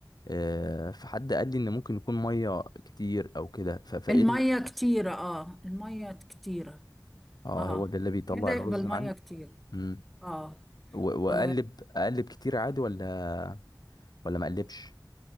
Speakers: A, on the left; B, in the centre.
A: آه فحد قال لي ان ممكن يكون ميه كتير او كده ف- فايه
B: الميه
A: ال-
B: كتيره اه الميه كتيره
A: اه
B: اه
A: هو ده اللي بيطلع
B: كده يبقى
A: الرز
B: الميه
A: معجن
B: كتير
A: مم.
B: اه
A: و-
B: و-
A: واقلب اقلب كتير عادي ولا ولا ما اقلبش